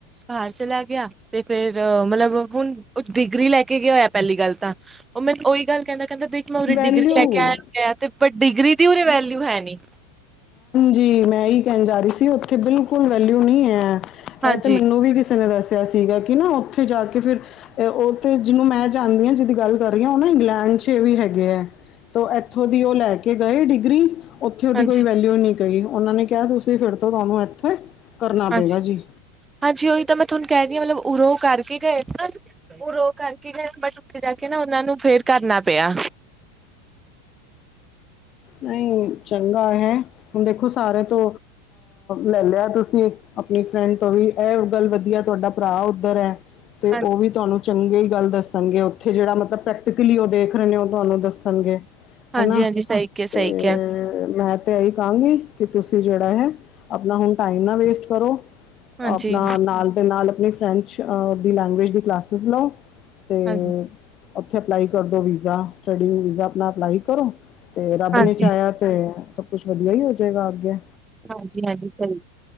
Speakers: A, on the right (about 15°); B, on the left (about 40°).
A: ਬਾਹਰ ਚਲਾ ਗਿਆ। ਤੇ ਫਿਰ ਮਤਲਬ ਡਿਗਰੀ ਲੈ ਕੇ ਗਏ ਹੋਇਆ ਪਹਿਲੀ ਗੱਲ ਤਾਂ। ਉਹ ਮੈਨੂੰ ਉਹੀ ਗੱਲ ਕਹਿੰਦਾ ਕਹਿੰਦਾ ਦੇਖ ਡਿਗਰੀ
B: ਵੈਲਿਊ
A: ਲੈ ਕੇ ਆਇਆ ਤੇ ਪਰ ਡਿਗਰੀ ਦੀ ਵੈਲਿਊ ਹੈ ਨਹੀਂ।
B: ਜੀ ਮੈਂ ਇਹੀ ਕਹਿਣ ਜਾ ਰਹੀ ਸੀ। ਉੱਥੇ ਬਿਲਕੁਲ ਵੈਲਿਊ ਨਹੀਂ ਹੈ।
A: ਹਾਂਜੀ
B: ਇਹ ਤੇ ਮੈਨੂੰ ਵੀ ਕਿਸੇ ਤੇ ਸੀਗਾ ਕਿ ਨਾ ਉੱਥੇ ਜਾ ਕੇ ਫਿਰ ਉਹ ਤੇ ਜਿਹਨੂੰ ਮੈਂ ਜਾਣਦੀ ਆ ਜਿਹਦੀ ਗੱਲ ਕਰ ਰਹੀ ਇੰਗਲੈਂਡ ਛੇਵੀ ਹੈਗੇ ਆ ਤੋ ਇਥੋਂ ਦੀ ਉਹ ਲੈ ਕੇ ਗਏ ਡਿਗਰੀ ਉਥੇ ਉਹਦੀ
A: ਹਾਂਜੀ
B: ਕੋਈ ਵੈਲਿਊ ਨਹੀਂ। ਤੇ ਉਹਨਾਂ ਨੇ ਕਿਹਾ ਤੁਸੀਂ ਫਿਰ ਤੋਂ ਤੁਹਾਨੂੰ ਕਰਨਾ
A: ਹਾਂਜੀ
B: ਪਏਗਾ ਜੀ
A: ਹਾਂਜੀ ਉਹੀ ਤਾਂ ਮੈਂ ਤੁਹਾਨੂੰ ਕਹਿ ਰਹੀ ਮਤਲਬ ਉ ਕਰਕੇ ਗਏ ਉਹ ਰੋ ਕਰਕੇ ਜਾ ਕੇ ਨਾ ਉਹਨਾਂ ਨੂੰ ਫਿਰ ਕੁੱਛ ਆਵਾਜ਼ ਨਹੀਂ ਹੈ।
B: ਨਹੀਂ ਚੰਗਾ ਹੈ ਹੁਣ ਦੇਖੋ ਸਾਰੇ ਤੋ ਲੈ ਲਿਆ ਤੁਸੀਂ ਆਪਣੀ ਫਰੈਂਡ ਤੋਂ ਵੀ ਐ ੳ ਗੱਲ ਵਧੀਆ ਤੁਹਾਡਾ ਭਰਾ ਉੱਧਰ ਹੈ ਤੇ
A: ਹਾਂਜੀ
B: ਔ ਵੀ ਤੁਹਾਨੂੰ ਚੰਗੇ ਈ ਗੱਲ ਦੱਸਣਗੇ ਔਥੇ ਜੇੜਾ ਮਤਲਬ ਪ੍ਰੈਕਟੀਕਲੀ ਔ ਦੇਖ ਰੇ ਨੇ ਔ ਤੁਹਾਨੂੰ ਦੱਸਣਗੇ।
A: ਹਾਂਜੀ
B: ਹਨਾ
A: ਹਾਂਜੀ, ਸਹੀ ਕਿਹਾ
B: ਤੇ
A: ਸਹੀ ਕਿਹਾ
B: ਮੈਂ ਤੇ ਐਹੀ ਕਾਂਗੀ। ਕਿ ਤੁਸੀਂ ਜੇੜਾ ਹੈ, ਅਪਣਾ ਹੁਣ ਟਾਈਮ ਨਾ ਵੇਸਟ ਕਰੋ।
A: ਹਾਂਜੀ
B: ਅਪਣਾ ਨਾਲ ਦੇ ਨਾਲ ਅਪਣੀ ਫਰੈਂਚ ਅ ਦੀ ਲੈਂਗੁਏਜ ਦੀ ਕਲਾਸਿਸ ਲੋ, ਤੇ
A: ਹਾਂਜੀ
B: ਔਥੇ ਅਪਲਾਈ ਕਰ ਦੋ ਵੀਜ਼ਾ। ਸਟਡੀ ਵੀਜ਼ਾ ਅਪਣਾ ਅਪਲਾਈ ਕਰੋ। ਤੇ ਰੱਬ
A: ਹਾਂਜੀ
B: ਨੇ ਚਾਯਾ ਤੇ ਸਭ ਕੁਛ ਵਧੀਆ ਹੀ ਹੋ ਜੇਗਾ ਅੱਗੇ।
A: ਹਾਂਜੀ ਹਾਂਜੀ, ਸਹੀ